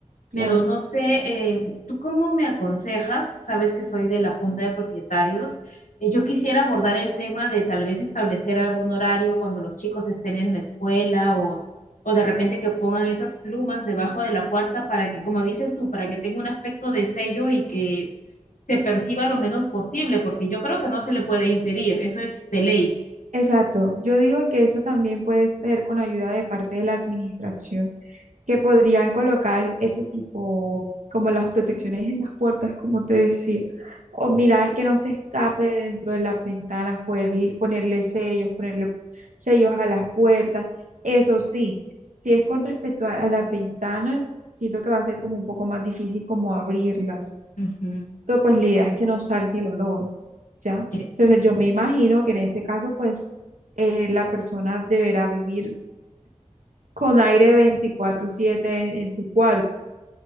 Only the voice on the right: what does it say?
claro.
Exacto. Yo digo que eso también puede ser con ayuda de parte de la administración que podrían colocar ese tipo, como las protecciones en las puertas, como te decía, o mirar que no se escape dentro de las ventanas, poder, ponerle sellos, ponerle sellos a las puertas. Eso sí, si es con respecto a, a las ventanas, siento que va a ser como un poco más difícil como abrirlas.
Entonces, pues la idea es que no salga el olor, ¿ya?
Entonces, yo me imagino que en este caso, pues, eh, la persona deberá vivir con aire 24/7 en en su cuarto